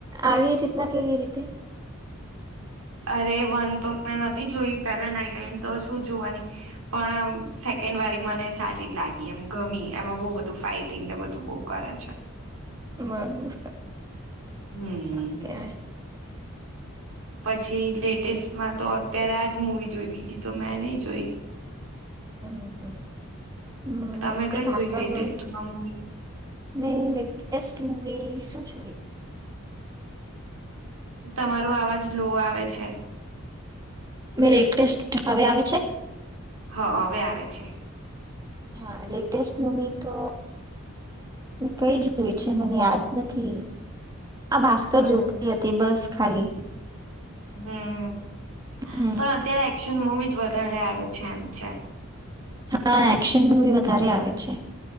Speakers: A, on the right; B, on the right.
A: આવી રીતે ના કેવી રીતે?
B: અરે વન તો મેં નથી જોય પેલા નઈ ટઈને તો શું જોવાની પણ આ સેકન્ડ વાડી મને સારી લાગી એમ ગમી એમાં બો બધું ફાઈટિંગ ને બધું બો કરે છે.
A: બરોબર
B: હમ
A: હ અ કેવાય.
B: પછી લેટેસ્ટમાં તો અત્યારે આજ મુવી જોઈ બીજી તો મેં નહી જોઈ.
A: હમમ હમમ હમમ
B: તમે
A: તે
B: કઈ
A: ભાસ્કર
B: લેટેસ્ટમાં
A: જોઈ.
B: મુવી
A: મેં લેટેસ્ટ મૂવી શું જો <inaudible>
B: તમારું આવાજ લો આવે છે.
A: મે લેટેસ્ટ હવે આવે છે.
B: હા હવે આવે છે.
A: હા લેટેસ્ટ મવી તો કઈ જ જોય છે મને યાદ નથી. આ ભાસ્કર
B: બરાબર
A: જોતી હતી બસ ખાલી
B: હમ
A: હમ
B: પણ અત્યારે એક્શન મુવી વધારે આવે છે એમ છે
A: હા એક્શન મવી વધારે આવે અ્ છે